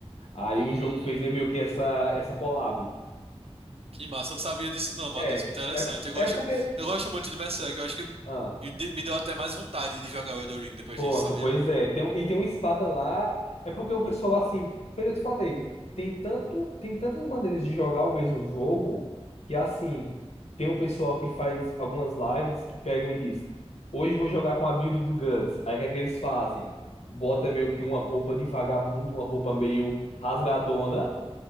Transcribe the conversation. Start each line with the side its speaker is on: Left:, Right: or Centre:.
Left: Aí
Right: Hum,
Left: o jogo fez meio que essa, essa collab.
Right: que massa, eu não sabia disso não, Matheus,
Left: É.
Right: que interessante.
Left: É,
Right: Eu gosto,
Left: é porque.
Right: eu gosto muito de Berserk, eu acho que
Left: Ah.
Right: me de- me deu até mais vontade de jogar o Elden Ring depois
Left: Ponto,
Right: disso, sabia?
Left: pois é. Tem, um- e tem uma espada lá. É porque o pessoal, assim, foi o que eu te falei, tem tanto, tem tantas maneiras de jogar o mesmo jogo que, assim, tem um pessoal que faz algumas lives que pegam e diz: Hoje eu vou jogar com a build do Guts. Aí o que é que eles fazem? Bota meio que uma roupa de vagabundo, uma roupa meio rasgadona,